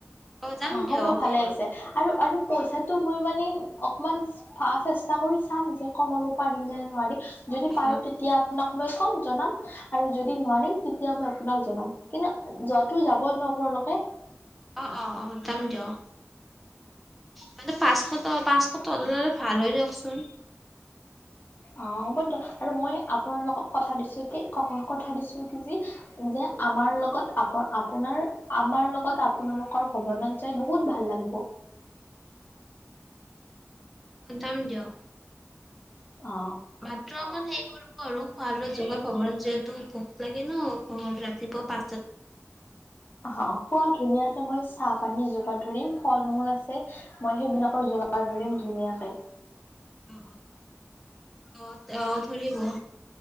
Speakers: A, in the centre; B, on the left.
A: যাম
B: অ
A: দিয়ক
B: হ'ব ভালে আহিছে আৰু আৰু পইচাটো মই মানে অকমান চেষ্টা কৰি চাম যে কমাব পাৰি নে নোৱাৰ যদি
A: অ
B: পাৰো তেতিয়া আপোনাক মই কম জনাম আৰু যদি নোৱাৰিম তেতিয়া মই আপোনাক জনাম কিন্তু যোৱাতটো যাবই নো আপোনালোকে
A: অ অ অ যাম দিয় মানে পাঁচশত পাঁচশত ধৰে ভাল হয় দিয়কচোন
B: অ হ'ব দিয় আৰু মই আপোনাল লগক কথা দিছো কি কথা দিছো কি যি যে আমাৰ লগত আপ আপোনাৰ আমাৰ লগত আপোনালোকৰ ভৱনত যাই বহুত ভাল লাগিব
A: অন্দাম য
B: অ
A: ভাত্ৰ অমান হেৰি কৰিব আৰু সোৱাদোৱা যোগ কমল যিহেতু ভোক লাগে ন কমল ৰাতিপুৱা পচ
B: অ পোৱা ধুনীয়া ত মই চাহ পানী যোগাৰ ধৰিম ফল মূল আছে মই সেইবিলাকৰ যোগাৰ ধৰিম ধুনীয়াকে
A: অ অ অ অ ৰিব